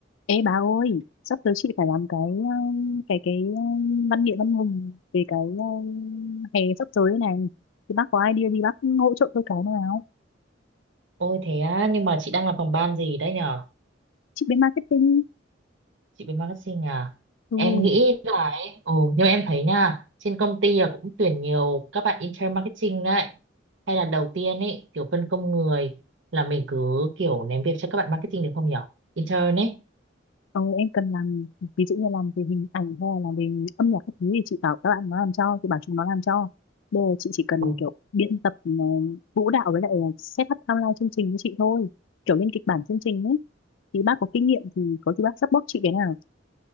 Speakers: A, on the left (about 75°); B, on the right (about 70°).
A: Ê bà ơi, sắp tới chị phải làm cái um, cái cái um, văn nghệ văn hùng về cái um, hè sắp tới này. Thì bác có idea gì bác hỗ trợ tôi cái nào?
B: Ôi thế á, nhưng mà chị đang làm phòng ban gì đấy nhở?
A: Chị bên marketing.
B: Chị bên marketing à?
A: Ừ.
B: Em nghĩ là ấy, ồ, nhưng mà em thấy nha, trên công ty là cũng tuyển nhiều các bạn intern marketing đấy. Hay là đầu tiên ấy, kiểu phân công người là mình cứ kiểu ném việc cho các bạn marketing được không nhở? Intern ấy.
A: Ờ, em cần làm ví dụ như làm về hình ảnh hay là làm về âm nhạc các thứ thì chị bảo các bạn nó làm cho, chị bảo chúng nó làm cho. Bây giờ chị chỉ cần
B: Ồ,
A: kiểu biên tập um, vũ đạo với lại set up outline chương trình với chị thôi. Kiểu lên kịch bản chương trình ấy. Thì bác có kinh nghiệm thì có gì bác support chị cái nào?